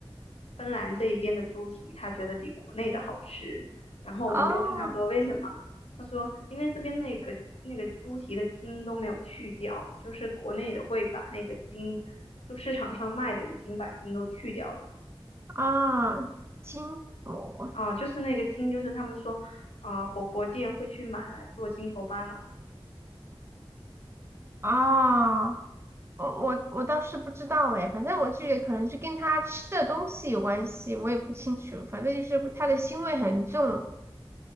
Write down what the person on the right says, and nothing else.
哦
啊，金箔
啊，我我我倒是不知道哎，反正我就觉得可能是跟它吃的东西有关系，我也不清楚，反正就是它的腥味很重。